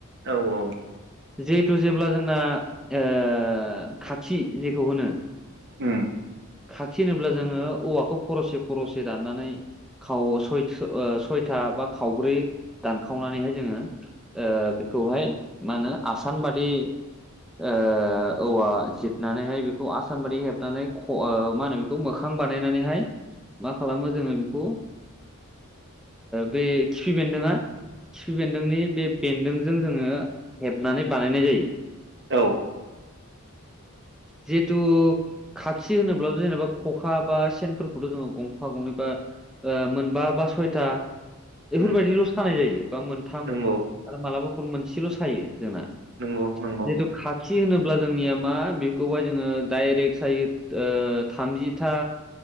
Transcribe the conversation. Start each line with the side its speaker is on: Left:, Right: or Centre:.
Right: औ औ
Centre: जिहेथु जेब्ला जोंना ओ खाथि जेखौ होनो
Right: उम
Centre: खाथि होनोब्ला जोङो औवाखौ फ'रसे फ'रसे दाननानै खाव सय' स'यथा बा खावब्रै दानखावनानैहाय जोङो ओ बेखौहाय मा होनो आसान बादि ओ औवा जिरनानैहाय बेखौ आसान बादि हेबनानै ख' मा होनो खौ मोखां बानायनानैहाय मा खालामो जोङो बेखौ बे ओ खिफि बेन्दोंआ खिफि बेन्दोंनि बे बेन्दोंजों जोङो हेबनानै बानायनाय जायो
Right: औ
Centre: जिहितु खाखि होनोब्लाथ' जेनोब्ला ख'खा बा सेनफोरखौथ' जोङो गंफा गंनै बा ओ‌ मोनबा बा स'यथा बेफोरबादिल'
Right: उम
Centre: सानाय जायो बा मोनथाम
Right: नंगौ
Centre: आरो मालाबाफोर मोनसेल' सायो जोंना
Right: नंगौ नंगौ
Centre: जिहिथु खा खि होनोब्ला जोंनिआ मा बेखौहाय जोङो डाइरेक्ट सायो थामजिथा